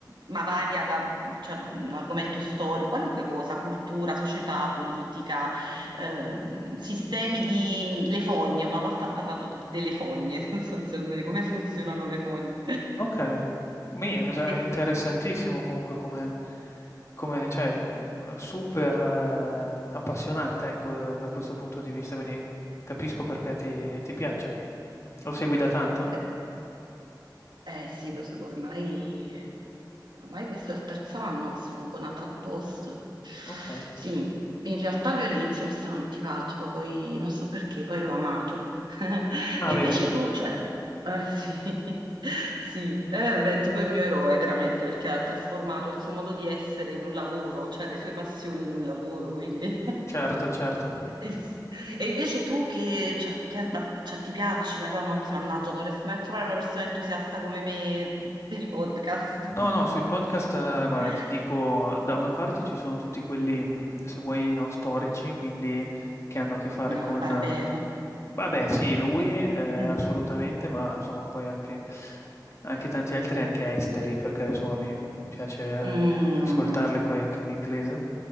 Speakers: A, on the right; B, on the left.
A: ma varia cioè, un argomento storico, qualunque cosa, cultura, società, politica, ehm, sistemi di... le fogne, una volta ha parlato d- delle fogne, <laughs> sostanzialmente, come funzionano le fogne.
B: Okay. Mi è già
A: E-
B: interessantissimo comunque come come cioè, mhmm, super eh, appassionante, ecco, da da questo punto di vista, quindi capisco perché ti ti piace. Lo segui da tanto?
A: eh, eh, sì, lo seguo ormai, ormai questo è il terzo anno che sono abbonata al post. Sì,
B: Okay.
A: in realtà lui all'inizio mi stava antipatico, poi non so perché, poi l'ho amato. <laughs>
B: Ah,
A: E invece
B: vedi.
A: tu, cioè, Ah sì, <laughs> sì, eh, beh, tipo il mio eroe veramente perché ha trasformato il suo modo di essere in un lavoro, cioè le sue passioni in un lavoro, quindi... <laughs>
B: Certo, certo.
A: E e invece tu che, cioè, che- ma- cioè, ti piacciono, però non, mannaggia, non riesco mai a trovare una persona entusiasta come me per i podcast.
B: No,
A: <laughs>
B: no, sui podcast, ehm, guarda, ti dico, da una parte ci sono tutti quelli, mhmm, se vuoi, no, storici, quindi che hanno a che fare
A: Ah,
B: con
A: Barbero.
B: eh, vabbè sì,
A: Ah,
B: lui,
A: scusa.
B: ehm,
A: Mm.
B: assolutamente, ma insomma poi anche anche tanti altri, anche esteri, perché insomma mi mi piace, ehm,
A: Mm.
B: ascoltarli poi anche in inglese